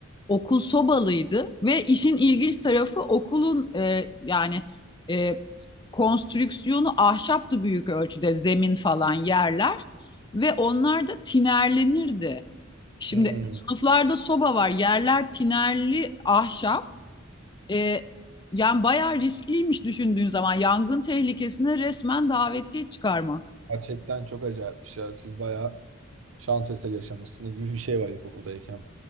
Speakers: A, on the left (about 20°); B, on the right (about 70°).
A: Okul sobalıydı ve işin ilginç tarafı okulun e, yani e, konstrüksiyonu ahşaptı büyük ölçüde zemin falan yerler ve onlar da tinerlenirdi. Şimdi
B: Hmm,
A: sınıflarda soba var yerler tinerli ahşap. E, yani bayağı riskliymiş düşündüğün zaman yangın tehlikesine resmen davetiye çıkarmak.
B: gerçekten çok acayipmiş ya. Siz bayağı şans eseri yaşamışsınız gibi bir şey var ilkokuldayken.